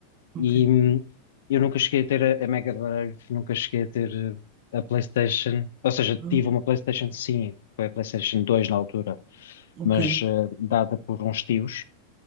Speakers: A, on the right; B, on the left.
A: ok.
B: E hum, eu nunca cheguei a ter a, a Mega Drive, nunca cheguei a ter eh, a PlayStation. Ou seja,
A: Ah,
B: tive uma PlayStation, sim, foi a PlayStation dois na altura,
A: ok,
B: mas eh, dada por uns tios.